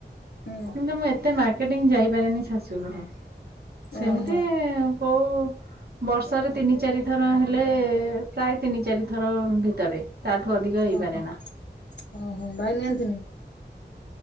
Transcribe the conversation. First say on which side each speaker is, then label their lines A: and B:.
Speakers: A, on the left; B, on the right.
A: ହୁଁ
B: କିନ୍ତୁ ମୁଁ ଏତେ ମାର୍କେଟିଙ୍ଗ୍ ଯାଇପାରେନି ଶାଶୁଘରୁ। ସେମିତି
A: ଓହୋ
B: କୋଉ ବର୍ଷରେ ତିନି ଚାରି ଥର ହେଲେ ପ୍ରାୟ ତିନି ଚାରିଥର ଭିତରେ। ତା ଠୁ ଅଧିକା ହେଇପାରେ
A: ଓହୋ
B: ନା।
A: ଓହୋ ଭାଇ ନିଅନ୍ତିନି।